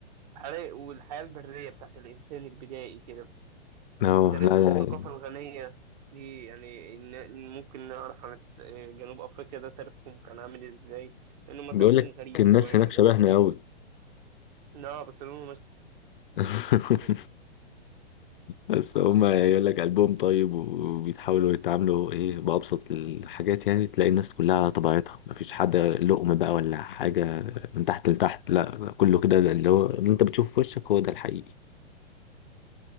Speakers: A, on the right; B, on the left.
A: حري- والحياه البريه بتاعت الانسان البدائي كده
B: لا
A: والتاريخ
B: لا
A: والثقافه الغنيه دي يعني ن- ممكن نعرف عن الت- آه، جنوب افريقيا ده تاريخهم كان عامل ازاي لانه ما
B: بيقول
A: تاريخهم
B: لك
A: غريب
B: الناس
A: شويه
B: هناك شبهنا
A: كده
B: قوي
A: لا بس لونه مش
B: <laughs>
A: <laughs>
B: بس هما يقول لك قلبهم طيب وبيتحاولوا يتعاملوا ايه بأبسط الحاجات يعني تلاقي الناس كلها على طبيعتها مفيش حد لقم بقى ولا حاجة من تحت لتحت لا كله كده زي اللي هو اللي انت بتشوفه في وشك هو ده الحقيقي